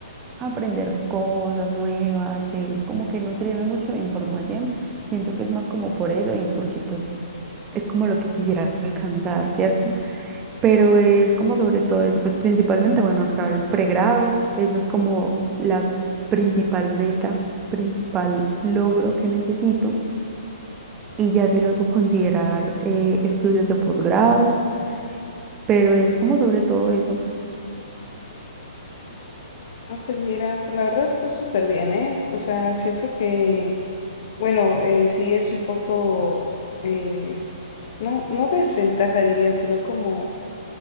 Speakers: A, on the right; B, on the left.
A: aprender cosas nuevas, eh, como que nutrirme mucho de información, siento que es más como por eso y porque pues es como lo que quisiera alcanzar, ¿cierto? pero es como sobre todo eso, pues principalmente, bueno, acabar el pregrado, eso es como la principal meta, principal logro que necesito, y ya sí luego considerar eh, estudios de posgrado, pero es como sobre todo eso.
B: Ah, pues mira, la verdad está súper bien, ¿eh? O sea, siento que, bueno, eh, sí es un poco, eh, no, no desventaja diría, sino como